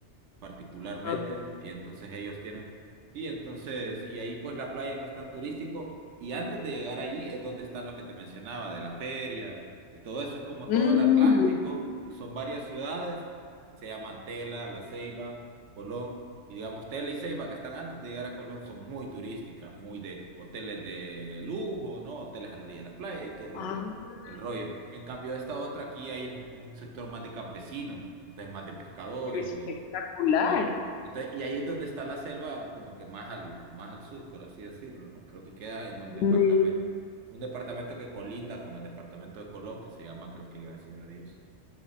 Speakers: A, on the right; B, on the left.
A: particularmente,
B: Ajá.
A: y entonces ellos tienen, y entonces, y ahí pues la playa no es tan turístico, y antes de llegar ahí es donde está lo que te mencionaba, de la feria, eh, y todo eso es como
B: Mm.
A: todo el Atlántico, y son varias ciudades, se llaman Tela, La Ceiba, Colón, y digamos Tela y Ceiba que están antes de llegar a Colón son muy turísticas, muy de hoteles de lujo, ¿no? Hoteles a la orilla de la playa y todo
B: Ah,
A: el el rollo. En cambio, esta otra aquí hay un sector más de campesinos, entonces más de pescadores
B: pero espectacular.
A: y y más. Entonces, y ahí es donde está la selva, como que más al, más al sur, por así decirlo, ¿no? Creo que queda en un departamento,
B: Me,
A: un departamento que colinda con el departamento de Colón, que se llama, creo que Gracias a Dios.